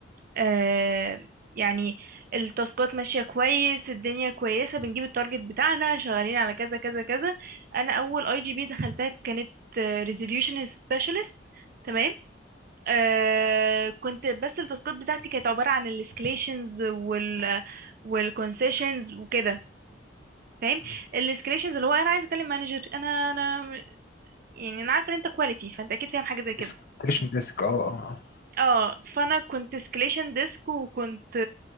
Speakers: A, on the right; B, on the left.
A: آه، يعني التاسكات ماشية كويس الدنيا كويسة بنجيب التارجت بتاعنا شغالين على كذا كذا كذا انا اول اي جي بي دخلتها كانت ريزوليوشن سبيشالست تمام آه كنت بس التاسكات بتاعتي كانت عبارة عن الاسكليشنز وال والكونسيشنز وكده فاهم
B: مم.
A: الاسكليشنز اللي هو انا عايز اكلم مانجر انا انا يعني انا عارفه ان انت كواليتي فانت اكيد فاهم حاجه زي كده
B: اسكليشن ديسك اه اه
A: اه فانا كنت سكليشن ديسك وكنت